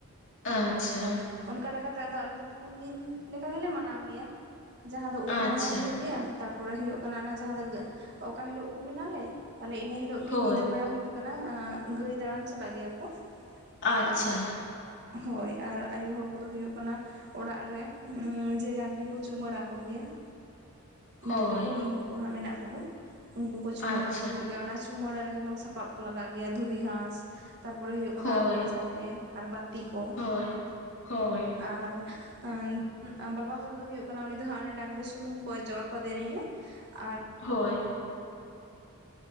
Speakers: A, on the left; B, on the right.
A: ᱟᱪᱪᱷᱟ᱾
B: ᱦᱳᱭ ᱚᱱᱠᱟ ᱞᱮᱠᱟᱛᱮ ᱟᱫᱚ ᱟᱞᱮ ᱫᱚ ᱯᱩᱱ ᱫᱤᱱ ᱞᱮᱠᱟ ᱜᱮᱞᱮ ᱢᱟᱱᱟᱣ ᱜᱮᱭᱟ ᱾ ᱡᱟᱦᱟᱸ ᱫᱚ ᱩᱢ
A: ᱟᱪᱪᱷᱟ
B: ᱢᱟᱦᱟ ᱦᱩᱭᱩᱜ ᱜᱮᱭᱟ ᱛᱟᱨᱯᱚᱨᱮ ᱦᱩᱭᱩᱜ ᱠᱟᱱᱟ ᱚᱱᱟ ᱡᱟᱦᱟᱸ ᱫᱚ ᱚᱠᱟ ᱦᱤᱞᱳᱜ ᱩᱢ ᱮᱱᱟᱞᱮ ᱛᱟᱦᱚᱞᱮ ᱤᱱᱟᱹ ᱦᱤᱞᱳᱜ ᱜᱮ
A: ᱦᱳᱭ
B: ᱧᱤᱫᱟᱹ ᱵᱮᱲᱟ ᱦᱩᱭᱩᱜ ᱠᱟᱱᱟ ᱜᱟᱹᱭ ᱫᱟᱬᱟᱱ ᱪᱟᱞᱟᱜ ᱜᱮᱭᱟ ᱠᱚ ᱾
A: ᱟᱪᱪᱷᱟ
B: ᱟᱨ ᱦᱳᱭ ᱟᱨ ᱟᱭᱳ ᱦᱚᱲ ᱠᱚᱫᱚ ᱦᱩᱭᱩᱜ ᱠᱟᱱᱟ ᱚᱲᱟᱜ ᱨᱮ ᱡᱮ ᱰᱟᱝᱨᱤ ᱠᱚ ᱪᱩᱢᱟᱹᱲᱟ ᱠᱚ ᱜᱮᱭᱟ ᱾
A: ᱦᱳᱭ
B: ᱰᱟᱝᱨᱤ ᱠᱚ ᱢᱤᱦᱩᱸ ᱠᱚ ᱦᱟᱜ ᱢᱮᱱᱟᱜ ᱠᱚᱫᱚ ᱩᱱᱠᱩ ᱠᱚ ᱪᱩᱢᱟᱹᱲᱟ
A: ᱟᱪᱪᱷᱟ
B: ᱠᱚ ᱦᱩᱭᱩᱜ ᱜᱮᱭᱟ ᱚᱱᱟ ᱪᱩᱢᱟᱹᱲᱟ ᱨᱮ ᱡᱮᱢᱚᱱ ᱥᱟᱯᱟᱵ ᱠᱚ ᱞᱟᱜᱟᱜ ᱜᱮᱭᱟ ᱫᱷᱩᱤ ᱜᱷᱟᱸᱥ, ᱛᱟᱨᱯᱚᱨᱮ ᱦᱩᱭᱩᱜ ᱠᱟᱱᱟ
A: ᱦᱳᱭ
B: ᱟᱫᱽᱣᱟ ᱪᱟᱣᱞᱮ ᱟᱨ ᱵᱟᱛᱤ ᱠᱚ᱾
A: ᱦᱳᱭ ᱦᱳᱭ
B: ᱟᱨ ᱟᱸᱻ ᱟᱢ ᱵᱟᱵᱟ ᱦᱚᱲ ᱫᱚ ᱦᱩᱭᱩᱜ ᱠᱟᱱᱟ ᱩᱱᱤ ᱫᱚ ᱦᱟᱸᱜ ᱚᱱᱟ ᱰᱟᱝᱨᱤ ᱥᱩᱱᱩᱢ ᱠᱚ ᱚᱡᱚᱜ ᱟᱠᱚ ᱫᱮᱨᱮᱧ ᱨᱮ ᱾ ᱟᱨ
A: ᱦᱳᱭ ᱾